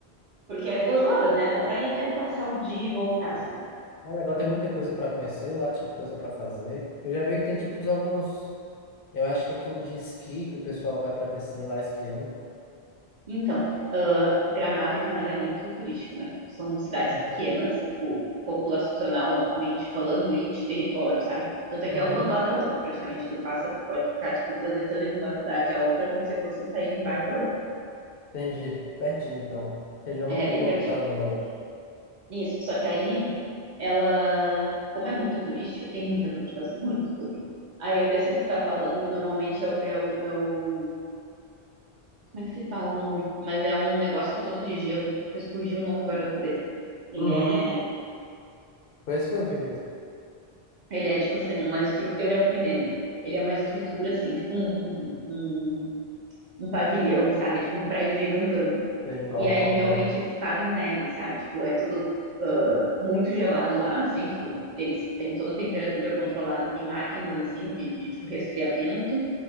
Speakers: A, on the right; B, on the left.
A: Porque é duas horas, né? Dá pra ir até passar o dia e voltar, sabe?
B: Ah, legal, tem muita coisa para conhecer lá, tipo, coisa para fazer. Eu já vi que tem, tipo, alguns. Eu acho que é clube de esqui que o pessoal vai para descer lá esquiando.
A: Então, ah, Gramado e Canela é muito turístico, né? Tipo, são cidades
B: Uhum.
A: pequenas, tipo, populacionalmente falando, e de território, sabe? Tanto é que
B: Uhum.
A: é uma do lado da outra, praticamente. Tu passa, pode ficar, tipo, transitando entre uma cidade e a outra, como se fosse sair de um bairro para outro.
B: Entendi. Pertinho, então. Região
A: É,
B: metropolitana
A: bem pertinho.
B: um da outra.
A: Isso, só que aí, ela, como é muito turística, tem muita coisa pra fazer, muita coisa. Aí, eu desse que você tá falando, normalmente é, o- é, o, é o... Como é que se fala o nome? Mas é um negócio que é todo de gelo, que fugiu o nome agora da cabeça. Ele
B: Uhum.
A: é...
B: Foi isso que eu vi mesmo.
A: Ele é tipo assim, uma estrutura. Eu já fui nele. Ele é uma estrutura, assim, tipo um, um, um pavilhão, sabe? Tipo um prédio gigantão.
B: Tem um galpãozão.
A: E aí realmente eles fazem neve, sabe? Tipo, é tudo ah, muito gelado lá, assim, tipo, eles têm toda a temperatura controlada, tem máquinas assim de, de tipo resfriamento.